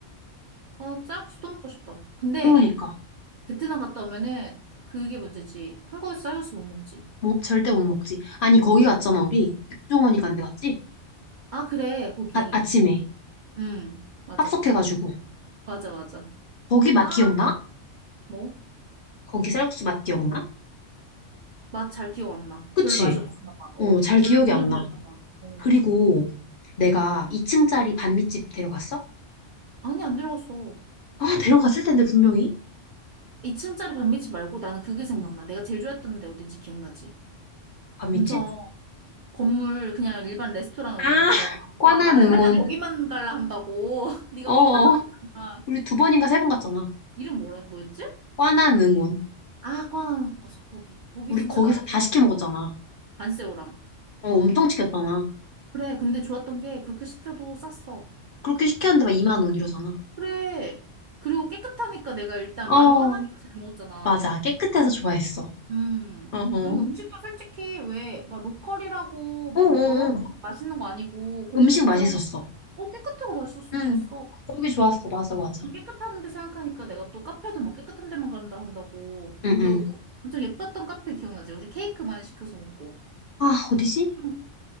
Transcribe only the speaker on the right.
아, 쌀국수도 먹고 싶다. 근데
베트남 갔다 오면은 그게 문제지. 한국에서 쌀국수 못 먹지.
아, 그래, 거기.
응, 맞아,
맞아. 맞아, 맞아.
아,
뭐?
맛 잘 기억 안 나.
별로 맛이 없었나 봐. 어,
별로
그냥
그랬나
봐. 어.
아니, 안 들어갔어.
2층짜리 반미집 말고 나는 그게 생각나.
내가 제일 좋아했던 데 어딘지 기억나지?
엄청 건물 그냥 일반 레스토랑이라고.
와, 나는
맨날 거기만 갈라 한다고. <laughs> 네가
막 타박했잖아.
이름 뭐라, 뭐였지?
아, 꽈나 맞아. 거기. 거기
진짜
나는
제일
좋았어.
단새우랑.
그래. 근데 좋았던 게 그렇게 시켜도 쌌어.
그래. 그리고 깨끗하니까 내가 일단
마음이 편하니까 잘 먹었잖아.
음.
그리고 음식도 솔직히 왜 막 로컬이라고
막 더러운 맛있는 거 아니고 거기
진짜
어 깨끗하고 맛있었어.
좋았어.
그 깨끗한데 생각하니까 내가 또 카페도 막 깨끗한 데만 간다 한다고
그 엄청 예뻤던 카페 기억나지? 우리 케이크 많이 시켜서 먹고
좀